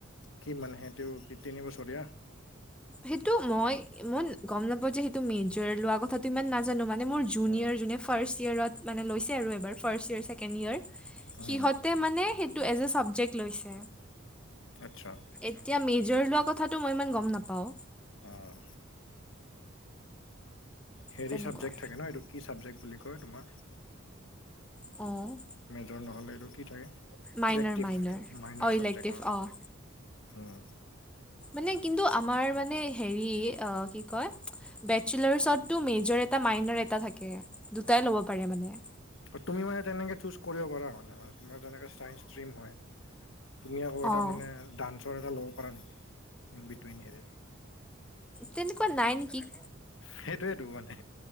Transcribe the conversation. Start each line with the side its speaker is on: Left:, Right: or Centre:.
Left: কি মানে সেইটো কি তিনিবছৰীয়া
Centre: সেইটো মই, মই গম নাপাওঁ যে সেইটো মেজৰ লোৱা কথাটো ইমান নাজানো মানে মোৰ জুনিয়ৰ
Left: উম
Centre: যোনে ফাৰ্ষ্ট ইয়েৰত মানে লৈছে আৰু এইবাৰ ফাৰ্ষ্ট ইয়েৰ, ছেকেণ্ড ইয়েৰ
Left: উম
Centre: সিহঁতে মানে সেইটো এজ এহ ছাবজেক্ট লৈছে।
Left: আচ্ছা
Centre: এতিয়া মেজৰ লোৱা কথাটো মই ইমান গম নাপাওঁ।
Left: অহ হেৰি
Centre: তেনেকুৱা
Left: চাবজেক্ট থাকে নহ, এইটো কি ছাবজেক্ট বুলি কয় তোমাৰ
Centre: অহ
Left: মেজৰ নহলে এইটো কি থাকে,
Centre: মাইনাৰ
Left: ইলেক্টিভ
Centre: মাইনাৰ
Left: মাইনাৰ
Centre: অঁ
Left: চাবজেক্ট
Centre: ইলেক্টিভ
Left: অহ
Centre: অঁ
Left: হুম
Centre: মানে কিন্তু আমাৰ মানে হেৰি, অহ কি কয় বেচেলাৰ্চতটো মেজৰ এটা, মাইনাৰ এটা থাকে দুটাই লব পাৰে মানে
Left: অহ তুমি মানে তেনেকে চুজ কৰিব পৰা মানে তোমাৰ যেনেকে চাইন্স ষ্টিম হয়। তুমি আকৌ এটা
Centre: অঁ
Left: মানে ডান্সৰ এটা লব পাৰা নেকি, ইন বিটুইন হেৰি
Centre: তেনেকুৱা নাই নেকি
Left: সেইটোয়েটো মানে